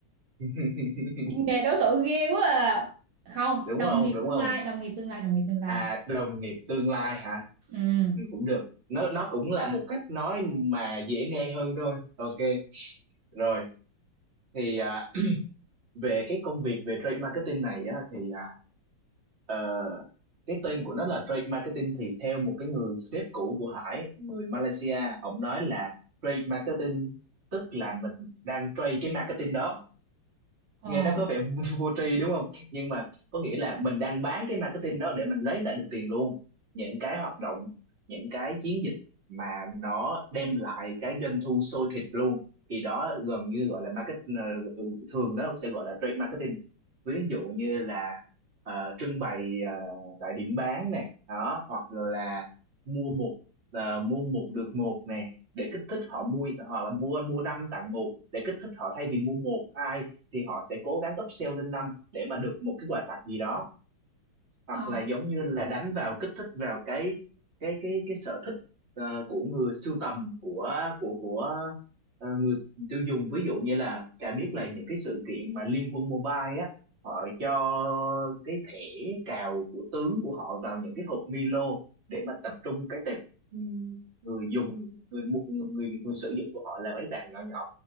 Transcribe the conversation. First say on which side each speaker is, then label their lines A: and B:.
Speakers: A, on the right; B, on the right.
A: <laughs>
B: Nghề đối thủ ghê quá à. Không,
A: Đúng
B: đồng
A: không?
B: nghiệp
A: Đúng
B: tương
A: không?
B: lai, đồng nghiệp tương lai, đồng nghiệp tương lai.
A: À, đồng nghiệp tương lai hả?
B: Ừ.
A: Ừ, cũng được. Nó nó cũng là một cách nói mà dễ nghe hơn thôi. Ok. Rồi, thì à, về cái công việc về trade marketing này á thì à, Ờ, cái tên của nó là trade marketing thì theo một cái người sếp cũ của Hải người Malaysia ông nói là trade marketing tức là mình đang trade cái marketing đó
B: Ờ,
A: nghe nó có vẻ <laughs> vô tri đúng không nhưng mà có nghĩa là mình đang bán cái marketing đó để mình lấy lại được tiền luôn những cái hoạt động những cái chiến dịch mà nó đem lại cái doanh thu sôi thịt luôn thì đó gần như gọi là market ờ, thường nó sẽ gọi là trade marketing ví dụ như là ờ, trưng bày ờ, tại điểm bán nè đó hoặc là mua một ờ, mua một được một nè để kích thích họ mua hoặc là mua mua năm tặng một để kích thích họ thay vì mua một hai thì họ sẽ cố gắng upsell lên năm để mà được một cái quà tặng gì đó hoặc
B: ờ,
A: là giống như là đánh vào kích thích vào cái cái cái cái sở thích ờ, của người sưu tầm của của của ờ, người tiêu dùng ví dụ như là Trà biết là những cái sự kiện mà Liên Quân Mobile á họ cho cái thẻ cào của tướng của họ vào những cái hộp Milo để mà tập trung cái tệp ừm, người dùng người mu- người người, người sử dụng của họ là mấy bạn nhỏ nhỏ